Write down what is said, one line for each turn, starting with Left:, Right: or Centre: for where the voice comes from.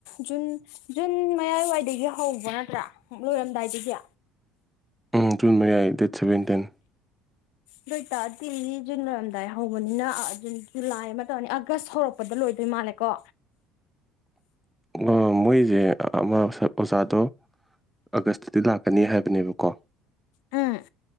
Left: ꯖꯨꯟ ꯖꯨꯟ ꯃꯌꯥꯏꯋꯥꯏꯗꯒꯤ ꯍꯧꯕ ꯅꯠꯇ꯭ꯔꯥ ꯂꯣꯏꯔꯝꯗꯥꯏꯗꯒꯤ
Centre: ꯎꯝ ꯖꯨꯟ ꯃꯌꯥꯏꯒꯤ ꯗꯦꯠ ꯁꯕꯦꯟꯇꯤꯟ
Left: ꯑꯗꯨ ꯑꯣꯏꯇꯥꯔꯗꯤ ꯖꯨꯟ ꯂꯣꯏꯔꯝꯗꯥꯏ ꯍꯧꯕꯅꯤꯅ ꯖꯨꯟ ꯖꯨꯂꯥꯏ ꯑꯃ ꯇꯧꯔꯅꯤ ꯑꯥꯒꯁ ꯍꯧꯔꯛ ꯄꯗ ꯂꯣꯏꯗꯣꯏ ꯃꯥꯜꯂꯦꯀꯣ
Centre: ꯑꯣ ꯃꯣꯏꯁꯦ ꯑꯃꯥ ꯑꯣꯖꯥꯗꯣ ꯑꯥꯒꯁꯇꯗꯤ ꯂꯥꯛꯀꯅꯤ ꯍꯥꯏꯕꯅꯦꯕꯀꯣ
Left: ꯎꯝ